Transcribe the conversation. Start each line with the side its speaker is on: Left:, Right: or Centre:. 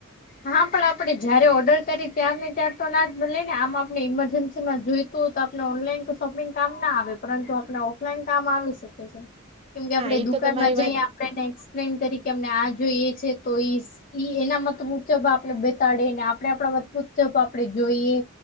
Left: હા, પણ આપડણે જયારે ઓર્ડર કરી ત્યાર ને ત્યાર તો ના જ મળ ને આમ આપણે ઈમરજન્સી માં જોય. તુ તો આપણે ઓનલાઈન તો શોપિંગ કામ ના આવે પરતુ આપણે ઓફલાઈન કામ આવી શકે છે. કેમ કે આપડે
Right: હા એ
Left: દુકાનમા
Right: તો તમારી
Left: જઈ
Right: વાત
Left: ને એક્સપ્લેન કરી કે અમને આ જોઈએ છે તો ઈ એના મતલબ ઉજબ આપણે બતાડે ને આપડણે આપણાજબ આપડે જોઈએ.